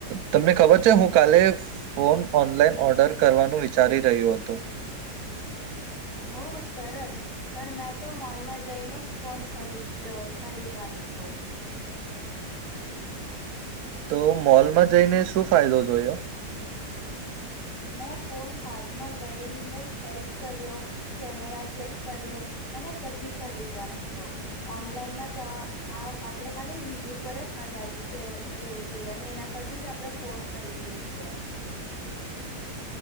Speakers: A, on the right; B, on the left.
A: તમને ખબર છે હું કાલે ફોન ઓનલાઈન ઓર્ડર કરવાનું વિચારી રહ્યું હતું
B: ઓ સરસ પણ મેં તો મોલમાં જઈને જ ફોન ખરીદ ખરીદવાની પાછો
A: <unintelligible> તો મોલમાં જઈને શું ફાયદો જોયો
B: મેં ફોન હાથમાં લઈને ટેસ્ટ કર્યો કેમેરા ચેક કર્યો અને પછી ખરીદવાની છ ઓનલાઈનમાં તો આપે ખાલી રિવ્યુ પર જ આધાર રહેવું જોઈએ અને એના પરથી જ આપણે ફોન ખરીદીએ છીએ
A: <unintelligible>